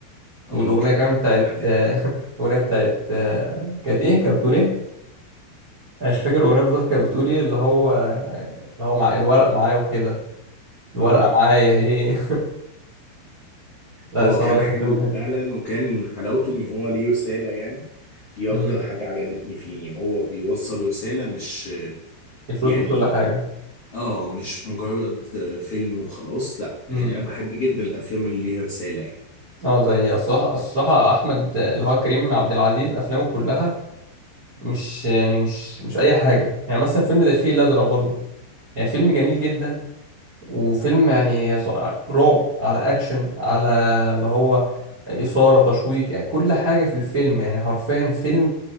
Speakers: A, on the left (about 75°); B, on the right (about 70°).
A: اه
B: والأغنية
A: كان
B: كانت
A: حلو
B: بتاعت
A: فعلا
B: آه، <laughs> الأغنية بتاعت آه، كانت إيه كانت بتقول إيه أنا مش فاكر الأغنية بالظبط كانت بتقول إيه اللي هو اللي هو مع الورق معايا وكده الورقة
A: اه
B: معايا هي <laughs> لا
A: هو
B: الصراحة
A: كان
B: ده
A: حلو
B: كان فيلم حلو
A: فعلا وكان حلاوته ان هو ليه رسالة يعني دي
B: مم.
A: اكتر حاجة عجبتني فيه ان هو بيوصل رسالة مش
B: الفلوس
A: يعني
B: مش كل حاجة
A: اه مش مجرد فيلم وخلاص لا
B: مم.
A: يعني انا بحب جدا الافلام اللي ليها رسالة يعني
B: اه زي الصراحة الصراحة أحمد اللي هو كريم عبد العزيز أفلامه كلها مش يعني مش مش أي حاجة يعني مثلا فيلم زي الفيل الأزرق برضه يعني فيلم جميل جدا وفيلم يعني ص- رعب على اكشن على اللي هو اثاره تشويق يعني كل حاجه في الفيلم يعني حرفيا فيلم